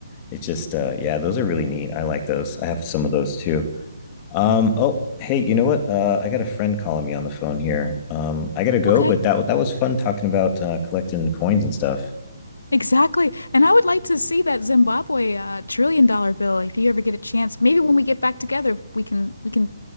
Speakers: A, on the left; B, on the left.
A: It's just uh yeah, those are really neat. I like those. I have some of those too. Um oh, hey, you know what? Uh I got a friend calling me on the phone here. Um I got to go,
B: Okay.
A: but that that was fun talking about uh collecting coins and stuff.
B: Exactly. And I would like to see that Zimbabwe uh, trillion dollar bill if you ever get a chance. Maybe when we get back together, we can we can